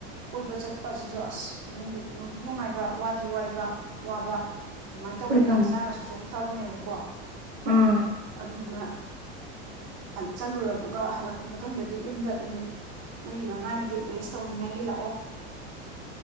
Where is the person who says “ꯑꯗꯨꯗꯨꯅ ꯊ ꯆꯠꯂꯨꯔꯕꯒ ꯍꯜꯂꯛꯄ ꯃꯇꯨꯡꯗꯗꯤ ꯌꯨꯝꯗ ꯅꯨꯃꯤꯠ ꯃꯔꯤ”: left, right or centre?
Right